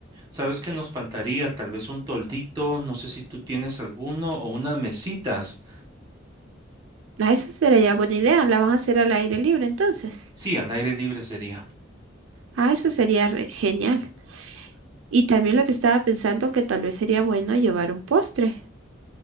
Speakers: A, on the right; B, on the right.
A: Sabes que nos faltaría tal vez un toldito, no sé si tú tienes alguno o unas mesitas.
B: Ah, esa sería buena idea. La van a hacer al aire libre entonces.
A: Sí, al aire libre sería.
B: Ah, eso sería re- genial. Y también lo que estaba pensando que tal vez sería bueno llevar un postre.